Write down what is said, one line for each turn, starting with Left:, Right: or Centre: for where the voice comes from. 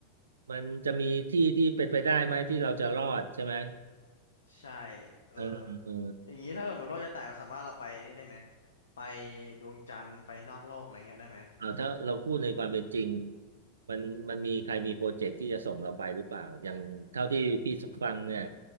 Right: มันจะมีที่ที่เป็นไปได้ไหมที่เราจะรอดใช่ไหม
Left: ใช่เออ
Right: เออเออ
Left: อย่างนี้ถ้าสมมติโลกจะแตกเราสามารถเราไปนี่ได้ไหมไปดวงจันทร์ไปนอกโลกอะไรเงี้ยได้ไหม
Right: เอาถ้าเราพูดในความเป็นจริงมันมันมีใครมีโปรเจกต์ที่จะส่งเราไปหรือเปล่าอย่างเท่าที่พี่ฟังเนี่ย